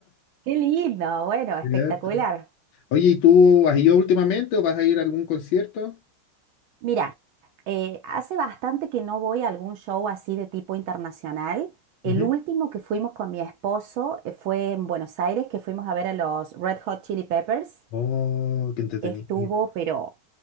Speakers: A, on the right; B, on the left.
A: qué lindo, bueno, espectacular.
B: Cierto. Oye, ¿y tú has ido últimamente o vas a ir a algún concierto?
A: Mira, eh, hace bastante que no voy a algún show así de tipo internacional. El
B: Ujú.
A: último que fuimos con mi esposo eh, fue en Buenos Aires, que fuimos a ver a los Red Hot Chili Peppers.
B: Oh, qué entretenido.
A: Estuvo, pero